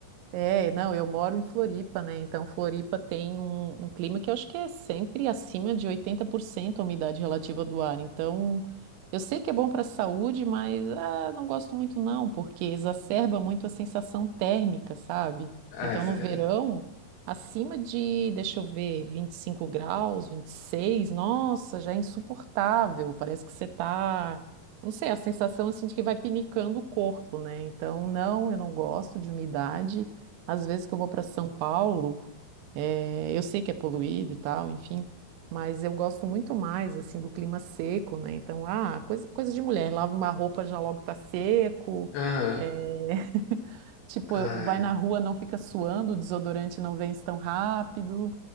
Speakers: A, on the right; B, on the left.
A: É, não, eu moro em Floripa, né? Então, Floripa tem um, um clima que eu acho que é sempre acima de 80% a umidade relativa do ar. Então, eu sei que é bom para a saúde, mas ah, não gosto muito não, porque exacerba muito a sensação térmica, sabe?
B: Ah,
A: Então,
B: isso
A: no
B: é verdade.
A: verão, acima de, deixa eu ver, 25 graus, 26, nossa, já é insuportável. Parece que você tá não sei, a sensação assim de que vai pinicando o corpo, né? Então, não, eu não gosto de umidade. Às vezes que eu vou para São Paulo, eh, eu sei que é poluído e tal, enfim, mas eu gosto muito mais assim do clima seco, né? Então, ah, coisa, coisa de mulher, lava uma roupa já logo tá seco,
B: Aham.
A: eh, <laughs> tipo,
B: Ah,
A: vai na rua, não fica suando, o desodorante não vence tão rápido.